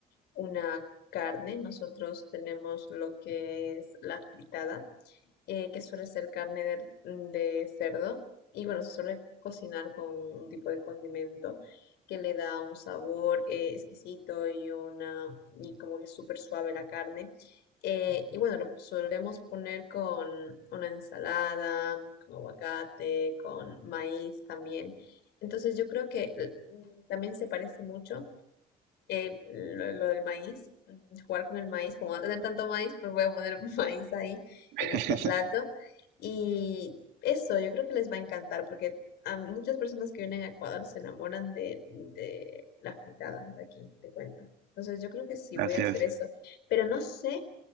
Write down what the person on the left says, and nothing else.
una carne. Nosotros tenemos lo que es la fritada, eh, que suele ser carne de, mm, de cerdo. Y bueno, se suele cocinar con un tipo de condimento que le da un sabor eh, exquisito y una y como que súper suave la carne. Eh, y bueno, lo solemos poner con una ensalada, con aguacate, con maíz también. Entonces yo creo que eh, mm, también se parece mucho eh, lo, lo del maíz, mm, jugar con el maíz, como no tener tanto maíz, pues voy a poner <laughs> maíz ahí
en este plato. Y eso yo creo que les va a encantar porque a muchas personas que vienen a Ecuador se enamoran de, de la fritada de aquí, te cuento. Entonces yo creo que sí
voy a hacer
eso, pero no sé